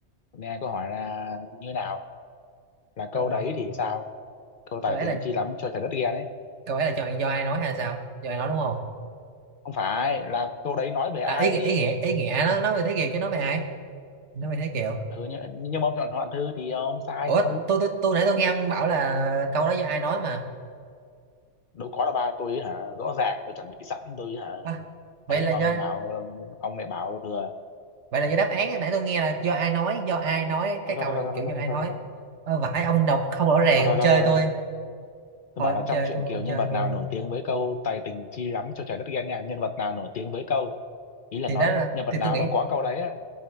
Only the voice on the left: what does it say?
Nghe câu hỏi là như nào? Là câu
đấy thì sao? Câu tài
tình
chi lắm cho trời đất ghen ấy.
Không phải, là câu đấy nói về ai
ấy?
ừ, nhưng, nhưng mà ông chọn Hoạn Thư thì ông sai
thôi
đâu có là ba tôi hả rõ ràng tôi chuẩn bị sẵn tôi hả
ấy
mà
ông bảo ông lại bảo thừa
thôi
thôi thôi
thôi
thôi thôi
thôi thôi thôi
thôi
thôi thôi
thôi
thôi thôi. tôi
bảo
là trong
truyện
Kiều nhân
vật
nào nổi tiếng với câu tài tình chi lắm cho trời đất ghen nha nhân vật nào nổi tiếng với câu ý là
nói
nhân vật
nào
mà có câu đấy á